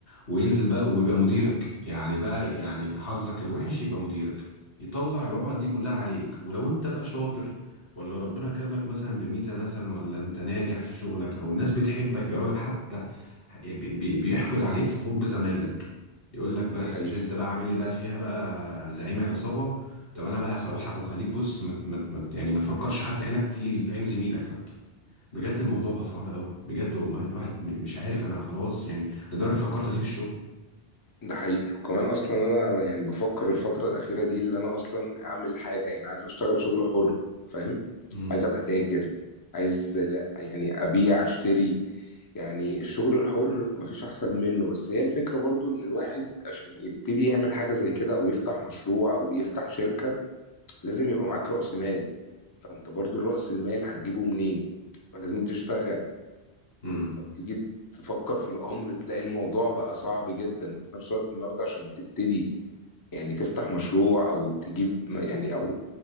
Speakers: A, on the left (about 60°); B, on the left (about 35°).
A: وينزل بقى ويبقى مديرك يعني بقى يعني حظك الوحش يبقى مديرك يطلع العقد دي كلها عليك ولو انت بقى شاطر ولا ربنا كرمك مثلا بميزة مثلا ولا انت ناجح في شغلك او الناس بتحبك يا راجل حتى بي- بي- بيحقد عليك في حب زمايلك يقول لك بس
B: ده حقيقي
A: مش انت بقى عامل لي بقى فيها بقى زعيم العصابة طب انا بقى هسوحك واخليك بص مت مت مت يعني ما تفكرش حتى عينك تيجي في عين زميلك حتى بجد الموضوع بقى صعب قوي بجد والله الواحد م- مش عارف انا خلاص يعني لدرجه فكرت اسيب الشغل
B: ده حقيقي وكمان اصلا انا يعني بفكر الفتره الاخيره دي اللي انا اصلا اعمل حاجه يعني عايز اشتغل شغل حر فاهم
A: امم
B: عايز ابقى تاجر عايز لا يعني ابيع اشتري يعني الشغل الحر مفيش احسن منه بس هي الفكره برضو ان الواحد عشان يبتدي يعمل حاجه زي كده او يفتح مشروع او يفتح شركه لازم يبقى معاك رأس مال فانت برضو رأس المال هتجيبه منين فلازم تشتغل
A: امم
B: فبتيجي تفكر في الامر تلاقي الموضوع بقى صعب جدا وفي نفس الوقت النهارده عشان تبتدي يعني تفتح مشروع او تجيب يعني او